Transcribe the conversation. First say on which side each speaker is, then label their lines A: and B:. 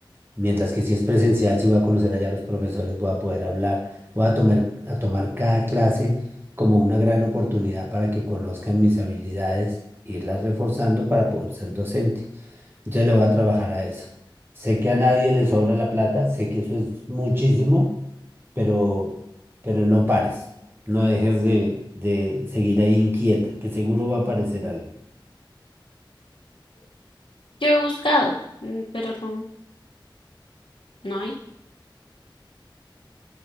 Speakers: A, on the right; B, on the left.
A: Mientras que si es presencial, si voy a conocer allá a los profesores, voy a poder hablar, voy a tomar, a tomar cada clase como una gran oportunidad para que conozcan mis habilidades, irlas reforzando para poder ser docente. Entonces le voy a trabajar a eso. Sé que a nadie le sobra la plata, sé que eso es muchísimo, pero, pero no pares, no dejes de, de seguir ahí inquieta, que seguro va a aparecer algo.
B: yo he buscado, mm, pero no, no hay.